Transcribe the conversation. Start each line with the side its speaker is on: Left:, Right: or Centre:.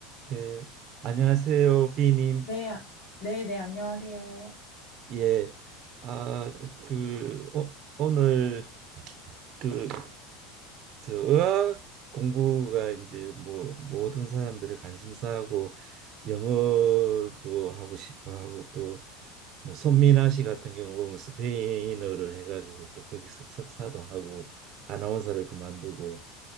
Right: 네, 안녕하세요, 비님.
Left: 네, 아- 네, 네, 안녕하세요.
Right: 예, 아, 그 오, 오늘 그저 의학 공부가 이제 뭐 모든 사람들의 관심사고 영어도 하고 싶어 하고 또뭐 손민아 씨 같은 경우 보면 스페인어를 해가지고 또 거기서 석사도 하고 아나운서를 그만두고